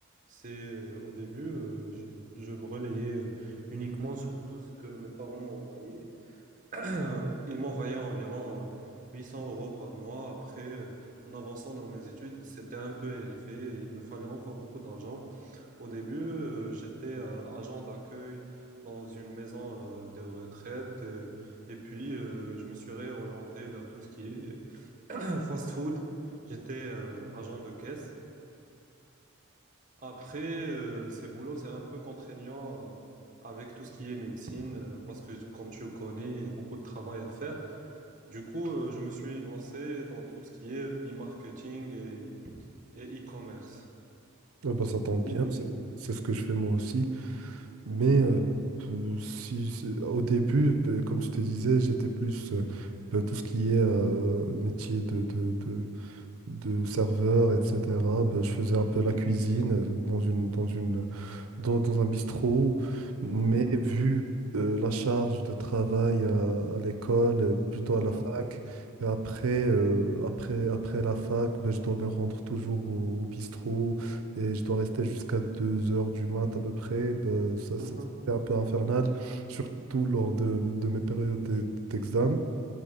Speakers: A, on the right; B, on the right.
A: c'est euh, au début, euh, je, je me relayais euh, uniquement sur tout ce que mes parents m'envoyaient. <clears throat> Ils m'envoyaient environ euh, 800 euros par mois. Après, euh, en avançant dans mes études, c'était un peu élevé. et Il me fallait encore beaucoup d'argent. Au début, euh, j'étais euh, agent d'accueil dans une maison euh, de retraite. euh, et puis, euh, je me suis réorienté vers tout ce qui est <clears throat> fast-food. J'étais euh, agent de caisse. Après, euh, ces boulots, c'est un peu contraignant euh, avec tout ce qui est médecine, euh, parce que comme tu le connais, il y a beaucoup de travail à faire. Du coup, euh, je me suis lancé dans tout ce qui est e-marketing et, et e-commerce.
B: Euh, ben, ça tombe
A: Du coup,
B: bien,
A: oui.
B: c'est c'est ce que je fais moi aussi. Mais
A: Mhm,
B: euh, peu- si, c'est- au début, peu- comme je te disais, j'étais plus euh, ben, tout ce qui est euh, métier de, de, de, de serveur, etc. Ben, je faisais un peu la cuisine euh, dans une, dans une dans, dans un bistrot, mais
A: mhm,
B: vu euh, la charge de travail à, à l'école, euh, plutôt
A: mhm,
B: à la fac, et après, euh, après, après la fac, ben, je dois me rendre toujours au, au bistrot et je dois rester jusqu'à 2 heures du mat à peu près. ben, ça,
A: mhm.
B: c'est c'est un peu infernal, surtout lors de, de mes périodes d'e- d'examen.